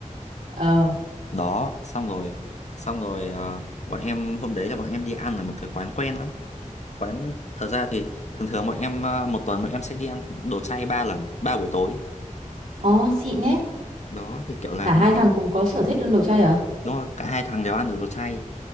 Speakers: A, on the right (about 85°); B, on the left (about 55°).
A: Ờ,
B: đó xong rồi xong rồi ờ, bọn em hôm đấy là bọn em đi ăn ở một cái quán quen lắm quán thật ra thì thường thường bọn em ờ, một tuần bọn em sẽ đi ăn đồ chay ba lần ba buổi tối
A: Ồ, xịn ấy.
B: đó thì kiểu là
A: Cả hai thằng cùng có sở thích ăn đồ chay à?
B: đúng rồi cả hai thằng đều ăn được đồ chay